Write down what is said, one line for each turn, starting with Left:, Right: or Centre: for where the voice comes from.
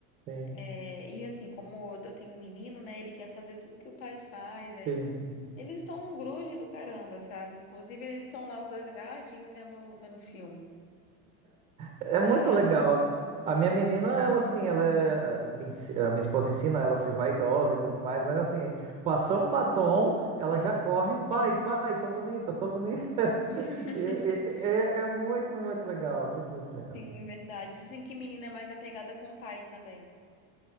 Right: sim,
Left: É, e assim, como eu tenho um menino, né? Ele quer fazer tudo que o pai faz,
Right: sim.
Left: aí eles estão num grude do caramba, sabe? Inclusive, eles estão lá os dois agarradinhos vendo, vendo filme,
Right: É muito
Left: sabe?
Right: legal. A minha menina, ela assim, ela é, a minha ens- a minha esposa ensina ela a ser vaidosa e tudo mais, mas assim, passou um batom, ela já corre, pai, pai, tô bonita, tô bonita. <laughs>
Left: <laughs>
Right: E É, é- é- é muito, muito legal, muito, muito legal.
Left: Sim, verdade. Dizem que menina é mais apegada com o pai também.